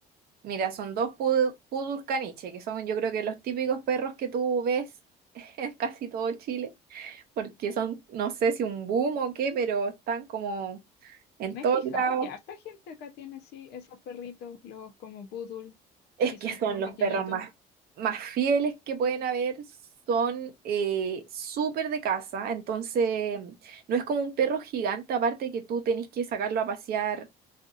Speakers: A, on the right; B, on the left.
A: Mira, son dos pud- poodle caniche, que son yo creo que los típicos perros que tú ves <laughs> en casi todo Chile, porque son, no sé si un boom o qué, pero están como en
B: Me
A: todos
B: he fijado
A: lados.
B: que harta gente acá tiene sí esos perritos, los como poodle,
A: Es
B: y
A: que
B: son
A: son
B: como
A: los
B: pequeñitos.
A: perros más, más fieles que pueden haber, son eh, súper de casa, entonces no es como un perro gigante, aparte que tú tenés que sacarlo a pasear,